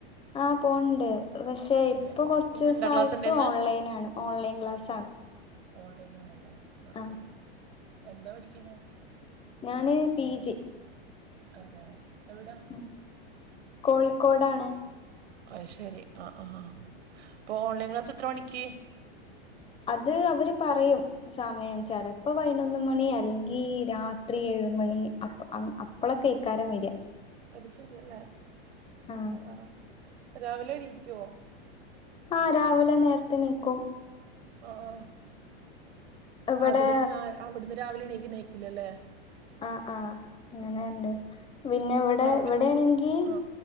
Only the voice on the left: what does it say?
ആ പോണ്ട് പക്ഷേ
ഇപ്പൊ കുറച്ചസായിട്ട്
ഓൺലൈൻ ആണ് ഓൺലൈൻ ക്ലാസ്സാണ്.
ആഹ.
ഞാൻ പി ജി.
ഉം കോഴിക്കോടാണ്.
അത് അവര് പറയും. സമയം ചിലപ്പോ പൈനൊന്ന് മണി അല്ലെങ്കി രാത്രി ഏഴ്‌മണി അ. അപ്പളൊക്കെ എയ്ക്കാരം വര.
ആഹ്
ആഹ രാവിലെ നേരത്തെ ണീക്കും.
ഇവിടെ
ആഹ ആഹ അങ്ങനെയ ഉണ്ട്. പിന്നെ ഇവിടെ
എവിടെയാണെങ്കിൽ